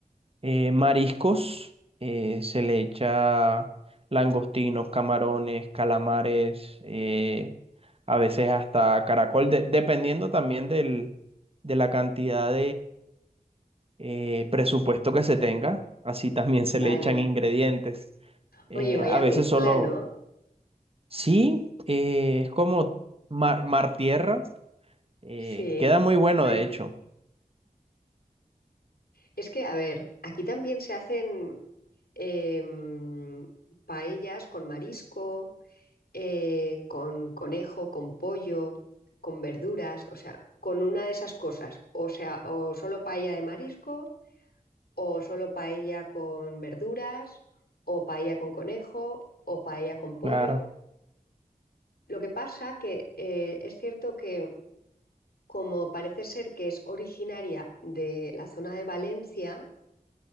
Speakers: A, on the right; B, on the left.
A: Eh, mariscos, eh, se le echa langostinos, camarones, calamares, eh, a veces hasta caracol, de- dependiendo también del, de la cantidad eh, presupuesto que se tenga, así también se
B: vale.
A: le echan ingredientes. Eh,
B: Oye, vaya
A: a veces
B: mezcla,
A: solo,
B: ¿no?
A: sí, eh, es como mar, mar tierra, eh,
B: Sí.
A: queda muy bueno
B: Mari-
A: de hecho.
B: Es que, a ver, aquí también se hacen em, paellas con marisco. eh, con conejo, con pollo, con verduras, o sea, con una de esas cosas. O sea, o solo paella de marisco, o solo paella con verduras, o paella con conejo, o paella con pollo.
A: Claro,
B: Lo que pasa que eh, es cierto que como parece ser que es originaria de la zona de Valencia,